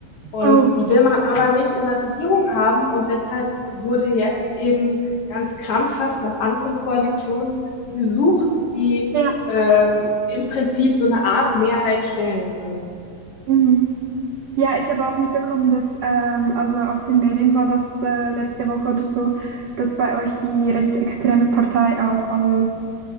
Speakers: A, on the left; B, on the right.
A: Und
B: Oh,
A: die will man aber nicht in der Regierung haben und deshalb wurde jetzt eben ganz krampfhaft nach anderen Koalitionen gesucht, die,
B: ja.
A: ähm, im Prinzip so eine Art Mehrheit stellen können.
B: Mhm. Ja, ich habe auch mitbekommen, dass ähm, also auf den Medien war das äh, letzte Woche oder so, dass bei euch die rechtsextreme Partei auch als